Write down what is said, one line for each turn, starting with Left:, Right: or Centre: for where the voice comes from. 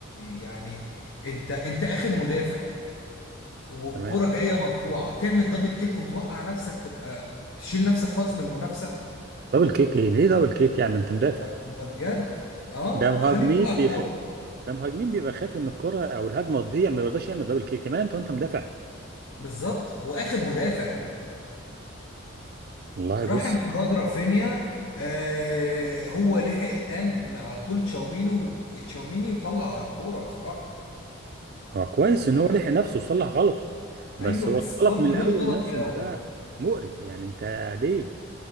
Left: يعني انت انت اخر مدافع والكرة
Right: تمام
Left: جاية مرفوعة تعمل دبل كيك وتوقع نفسك تبقى تشيل نفسك خالص من المنافسة
Right: دبل كيك ايه ليه دبل كيك يعني انت مدافع
Left: ده ده بجد اه
Right: ده مهاجمين
Left: عشان يطلع
Right: بيخ...
Left: الكورة
Right: ده مهاجمين بيبقى خايف ان الكره او الهجمه تضيع ما بيرضاش يعمل دبل كيك كمان انت وانت مدافع
Left: بالظبط واخر مدافع
Right: والله
Left: راح
Right: بص
Left: انفراد رافينيا آه هو لحق قام على طول تشاومينو تشاوميني وتشاوميني وطلع الكورة بصراحة
Right: هو كويس
Left: يعني
Right: ان هو لحق نفسه وصلح غلطه بس
Left: ايوه
Right: هو
Left: بس برضه
Right: الغلط من الاول
Left: ليه الغلط
Right: نفسه
Left: من الاول
Right: ما ده مقرف يعني انت ليه